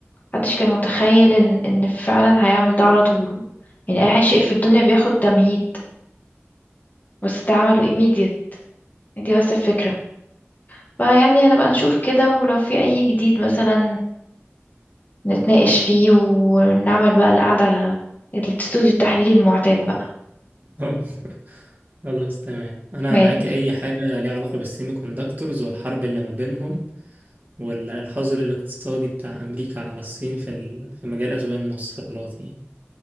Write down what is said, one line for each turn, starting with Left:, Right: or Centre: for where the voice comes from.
Left: محدش كان متخيل ان, إن فعلا هيعمل ده على طول يعني أي شيء في الدنيا بياخد تمهيد بس ده عمله immediate دي بس الفكرة فيعني هنبقى نشوف كده ولو في أي جديد مثلا نتناقش فيه ونعمل بقى القعدة الاستوديو التحليلي المعتاد بقى
Right: <laughs> خلاص تمام انا
Left: ماشي
Right: معاك اي حاجه ليها علاقه بالسيمي كوندكتورز والحرب اللي ما بينهم والحظر الاقتصادي بتاع امريكا على الصين في ال... في مجال اسباب الموصلات يعني